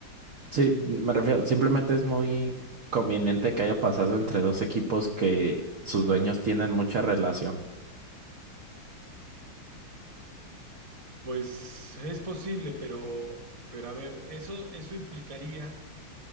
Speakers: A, on the right; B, on the right.
A: sí, me refiero, simplemente es muy conveniente que haya pasado entre dos equipos que sus dueños tienen mucha relación.
B: Pues es posible, pero, pero a ver, eso, eso implicaría,